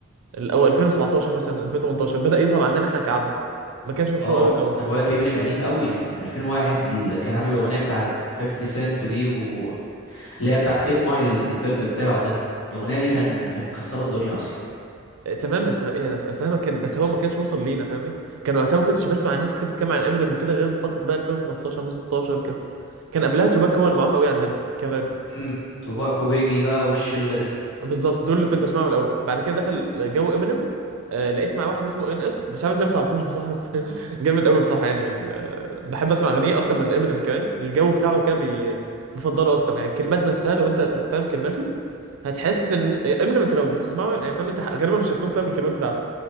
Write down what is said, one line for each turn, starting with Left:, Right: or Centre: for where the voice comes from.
Right: او 2017 مثلا 2018 بدا يظهر عندنا احنا كعرب ما كانش مشهور
Left: اه
Right: قوي
Left: بس
Right: الاول
Left: انا بقولك امينيم قديم قوي يعني من 2001 اللي كان عامل الاغنيه بتاعت 50 سنت دي و... اللي هي بتاعت 8 مايلز الفيلم بتاعه ده الاغنيه دي كان كانت مكسره الدنيا اصلا
Right: تمام بس يعني فاهمك كان بس هو ما كانش وصل لينا فاهمني كان وقتها ما كنتش بسمع الناس كتير بتتكلم عن امينيم وكده غير في فتره بقى 2015 2016 وكده كان قبلها توباك هو اللي معروف قوي عندنا كباب
Left: امم توباكو بيجي بقى والشله دي
Right: بالظبط دول اللي كنت بسمعهم الاول بعد كده دخل جو امينيم آه لقيت مع واحد اسمه ان اف مش عارف ازاي ما تعرفوش بصراحه بس <laughs> جامد قوي بصراحه يعني ال- آه، بحب اسمع اغانيه اكتر من امينيم كمان الجو بتاعه كده بي- بفضله اكتر يعني الكلمات نفسها لو انت فاهم كلماته هتحس ان امينيم انت لو بتسمعه يعني فاهم انت غالبا مش هتكون فاهم الكلمات بتاعته